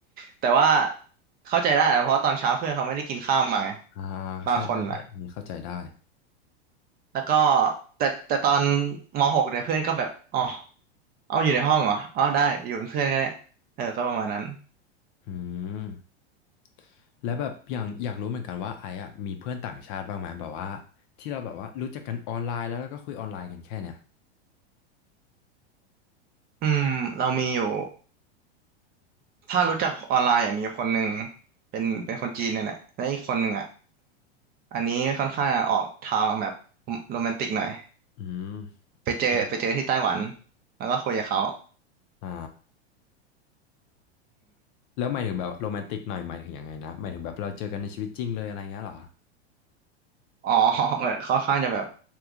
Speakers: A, on the right; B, on the left.
A: แต่ว่าเข้าใจได้นะเพราะตอนเช้าเพื่อนเขาไม่ได้กินข้าวมาไง
B: อ่า
A: บางคนอ่ะ
B: ใช่ใช่ใช่อันนี้เข้าใจได้
A: แล้วก็แต่แต่ตอนม .6 เนี่ยเพื่อนก็แบบอ๋อเอาอยู่ในห้องเหรออ๋อได้อยู่เป็นเพื่อนก็ได้เออก็ประมาณนั้น
B: อืม แล้วแบบอย่างอยากรู้เหมือนกันว่าไอ้อะมีเพื่อนต่างชาติบ้างไหมแบบว่าที่เราแบบว่ารู้จักกันออนไลน์แล้วแล้วก็คุยออนไลน์กันแค่เนี่ย
A: อืมเรามีอยู่ถ้ารู้จักออนไลน์อ่ะมีคนหนึ่งเป็นเป็นคนจีนเนี่ยแหละและอีกคนหนึ่งอ่ะอันนี้ค่อนข้างจะออกทางแบบโรแมนติกหน่อย
B: อืม
A: ไปเจอไปเจอที่ไต้หวัน
B: หมายถึง
A: แล้วก็คุยกับเขา
B: อ่าแล้วหมายถึงแบบโรแมนติกหน่อยหมายถึงยังไงนะหมายถึงแบบเราเจอกันในชีวิตจริงเลยอะไรเงี้ยเหรอ
A: อ๋อ <laughs> เหมือนค่อนข้างจะแบบ